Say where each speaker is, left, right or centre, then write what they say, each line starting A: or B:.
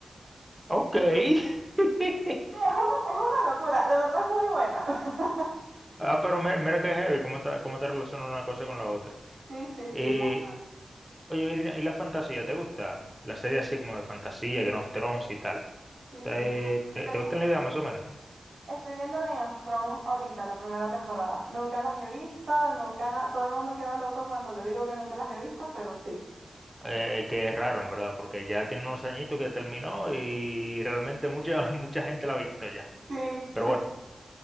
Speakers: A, in the centre; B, on the right (about 75°).
A: ok. <laughs>
B: Sí, Es una, es una locura, de verdad es muy buena. <laughs>
A: Ah, pero mira, mira que heavy, cómo te, cómo te relaciona una cosa con la otra.
B: Sí, sí,
A: Eh,
B: sí, va.
A: oye, Virginia, ¿y la fantasía? ¿Te gusta? La serie
B: sí,
A: así como de fantasía, Game of Thrones y tal.
B: sí,
A: ¿Te,
B: sí, me gusta.
A: te,
B: De
A: te
B: hecho,
A: gusta
B: estoy,
A: la idea más o menos?
B: estoy viendo Game of Thrones ahorita, la primera temporada. Nunca las he visto, nunca nada. Todo el mundo queda loco cuando le digo que nunca las he visto, pero sí.
A: Eh, que es raro, en verdad, porque ya tiene unos añitos que terminó y realmente mucha, <laughs> mucha gente la ha visto ya.
B: Sí,
A: Pero
B: sí.
A: bueno.